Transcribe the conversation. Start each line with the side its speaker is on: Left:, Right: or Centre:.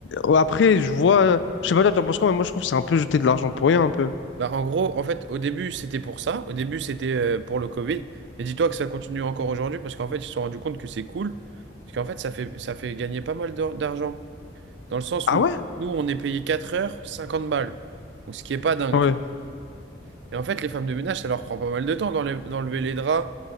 Left: Ouais, Après, je vois. Je sais pas, toi, t'en penses quoi, mais moi, je trouve que c'est un peu jeter de l'argent pour rien, un peu.
Right: Bah en gros, en fait, au début, c'était pour ça. Au début, c'était euh, pour le Covid. Mais dis-toi que ça continue encore aujourd'hui, parce qu'en fait, ils se sont rendus compte que c'est cool. Parce qu'en fait, ça fait, ça fait gagner pas mal d'or- d'argent. Dans le sens
Left: Ah
Right: où,
Left: ouais?
Right: nous, on est payé 4 heures, 50 balles. Donc, ce qui est pas dingue,
Left: Ouais,
Right: tu vois. Et en fait, les femmes de ménage, ça leur prend pas mal de temps d'enlè- d'enlever les draps,